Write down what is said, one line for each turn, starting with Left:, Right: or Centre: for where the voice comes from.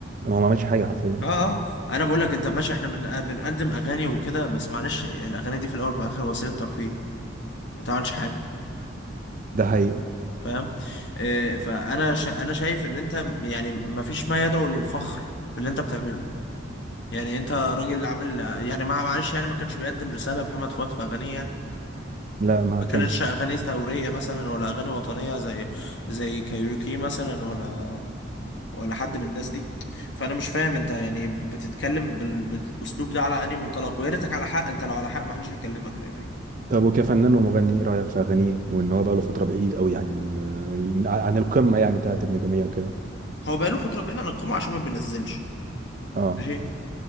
Right: هو ما عملش حاجه حرفيا
Left: اه اه انا بقول لك انت ماشي احنا بن... بنقدم اغاني وكده بس معلش الاغاني دي في الاول وفي الاخر وسيله ترفيه انت ما عملتش حاجه
Right: ده حقيقي
Left: فاهم آه فانا ش... انا شايف ان انت يعني ما فيش ما يدعو للفخر في اللي انت بتعمله يعني انت راجل عامل يعني ما معلش يعني ما كانش بيقدم رساله محمد فؤاد في اغانيه يعني
Right: لا
Left: ما
Right: ما كانش
Left: كانتش اغاني ثوريه مثلا ولا اغاني وطنيه زي زي كايروكي مثلا ولا ولا حد من الناس دي فانا مش فاهم انت يعني بتتكلم بال... بالاسلوب ده على انهي منطلق ويا ريتك على حق انت لو على حق ما حدش هيكلمك فاهمني
Right: طب وكفنان ومغني ايه رايك في اغانيه وان هو بقاله فتره بعيد قوي عن ال... ال- عن القمه يعني بتاعت النجوميه وكده
Left: هو بقاله فتره بعيد عن القمه عشان ما بينزلش
Right: اه
Left: ماشي